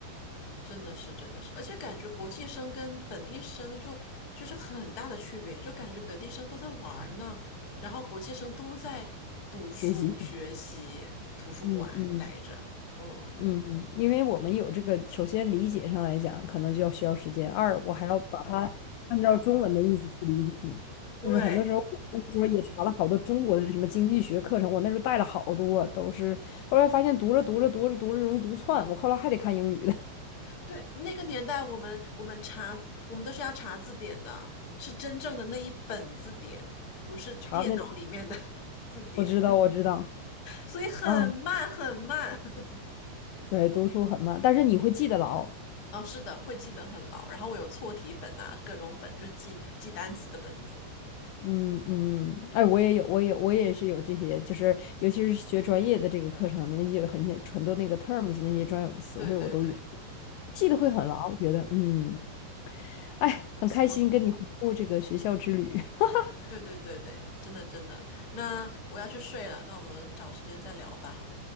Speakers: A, on the left (about 35°); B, on the left (about 80°).
A: 真的是真的是，而且感觉国际生跟本地生就就是很大的区别，就感觉本地生都在玩儿呢，然后国际生都在读书、
B: 学习，
A: 学习、图书馆待着。
B: 嗯嗯
A: 嗯，
B: 嗯，因为我们有这个，首先理解上来讲，可能就要需要时间；二，我还要把它按照中文的意思去理解嘛
A: 对。
B: 就是很多时候，我那时候也查了好多中国的什么经济学课程，我那时候带了好多，都是后来发现读着读着读着读着容易读串，我后来还得看英语。的。
A: 对，那个年代我们我们查我们都是要查字典的，是真正的那一本字典，不是电脑里面的
B: 查的那种。
A: <laughs> 字典，
B: 我知道，我知道
A: 所以很慢很慢。
B: 啊，
A: <laughs>
B: 对，读书很慢，但是你会记得牢。
A: 哦，是的，会记得很牢。然后我有错题本啊，各种本，就是记记单词的本子。
B: 嗯嗯，哎，我也有，我也我也是有这些，就是尤其是学专业的这个课程，那些很些很多那个 terms 那些专有的词汇，
A: 对对对，
B: 我都也
A: 是的，
B: 记得会很牢。我觉得，嗯，哎，很开心跟你回顾这个学校之旅。
A: 行，
B: <laughs>
A: 对对对对，真的真的。那我要去睡了，那我们找时间再聊吧，